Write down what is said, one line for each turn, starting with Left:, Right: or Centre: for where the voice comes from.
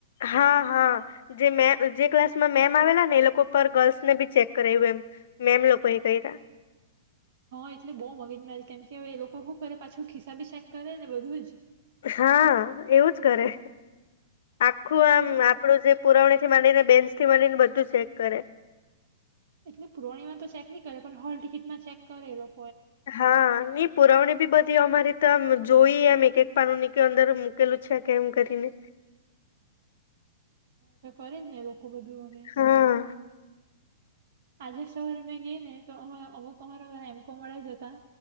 Left: હા હા જે મે ક્લાસમાં મેમ આવેલા ને એ લોકો પર ગર્લ્સને બી ચેક કરાવ એમ મેમ લોકો એ કઈક
Right: હા એટલે બહુ મગજમારી કેમ કે એ લોકો શું કરે પાછું ખિસ્સા બી ચેક કરે ને બધું જ.
Left: હા એવું જ કરે. આખું
Right: ને અમારામાં
Left: આમ આપણું જે પુરાવણી. થી વધી ને બેન્ચ થી વધીને બધું ચેક કરે.
Right: એટલે પુરવણીમાં તો ચેક નહી કરે પણ હોલ ટિકિટ માં ચેક કરે એઓ
Left: હા નહી પુરવણી. બધી અમારે તો આ જોઈ એમ એક એક પાનું ની અંદર મૂકેલું છે કેમ કરીને.
Right: હ તો કરે જ ને એઓ આ બધું હવે
Left: હા
Right: આજે સવારે અમે ગઈ ને તો અમેં અમુક અમારા એમ કોમ વાળા જ હતા.